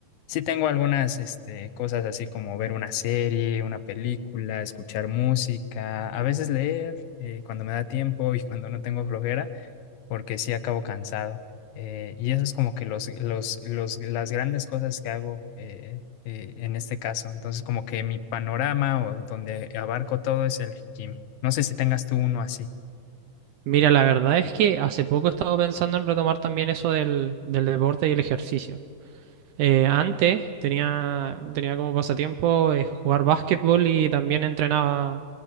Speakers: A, on the left (about 75°); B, on the right (about 75°).
A: Sí tengo algunas este, cosas así como ver una serie, una película, escuchar música, a veces leer eh, cuando me da tiempo y cuando no tengo flojera, porque sí acabo cansado. Eh, y eso es como que los, los, los, las grandes cosas que hago eh, eh, en este caso. Entonces como que mi panorama o donde abarco todo es el gym. No sé si tengas tú uno así.
B: Mira, la verdad es que hace poco he estado pensando en retomar también eso del, del deporte y el ejercicio. Eh, antes tenía, tenía como pasatiempo eh, jugar básquetbol y también entrenaba